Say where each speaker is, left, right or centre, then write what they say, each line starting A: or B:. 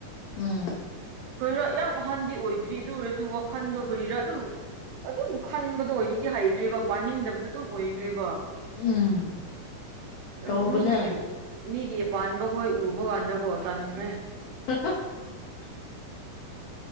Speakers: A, on the left; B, on the right.
A: ꯎꯝ
B: ꯀꯔꯤꯔ ꯌꯥꯝ ꯍꯥꯟꯗꯤ ꯑꯣꯏꯗ꯭ꯔꯤ ꯑꯗꯨ ꯑꯣꯏꯔꯁꯨ ꯋꯥꯈꯟꯗꯣ ꯀꯔꯤꯔ ꯑꯗꯨꯝ ꯑꯗꯨꯝ ꯈꯟꯕꯗꯣ ꯍꯧꯖꯤꯛꯇꯤ ꯍꯩꯈ꯭ꯔꯦꯕ ꯄꯥꯅꯤꯡꯗꯕꯗꯣ ꯑꯗꯨꯝ ꯑꯣꯏꯈ꯭ꯔꯦꯕ
A: ꯎꯝ
B: ꯑꯗꯨꯝ
A: ꯇꯧꯕꯅꯦ
B: ꯃꯤꯒꯤ ꯃꯤꯒꯤ ꯄꯥꯟꯕꯈꯣꯏ ꯎꯕ ꯀꯥꯟꯗꯀꯣ ꯇꯟꯈ꯭ꯔꯦ
A: <unintelligible>